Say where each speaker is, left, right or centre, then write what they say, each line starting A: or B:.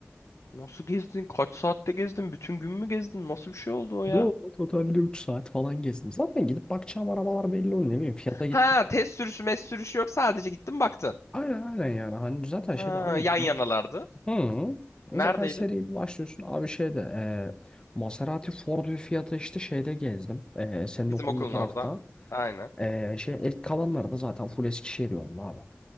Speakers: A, on the left (about 75°); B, on the left (about 20°).
A: Nasıl gezdin? Kaç saatte gezdin? Bütün gün mü gezdin? Nasıl bir şey oldu o ya?
B: Yo, totalde 3 saat falan gezdim. Zaten gidip bakacağım arabalar belli oluyor ne bileyim. Fiat'a gittim.
A: Ha test sürüşü, mes sürüşü yok. Sadece gittin baktın.
B: Aynen aynen yani. Hani zaten
A: Ha,
B: şeyde abi
A: yan
B: gidip
A: yanalardı.
B: hı.
A: Neredeydi?
B: Zaten seri bir başlıyorsun. Abi şeyde ee, Maserati, Ford ve Fiat'ı işte şeyde gezdim. Ee, senin
A: Bizim
B: okulun
A: okulun
B: bu tarafta.
A: orada. Aynen.
B: Ee, şey, el, kalanları da zaten full Eskişehir yolunda abi.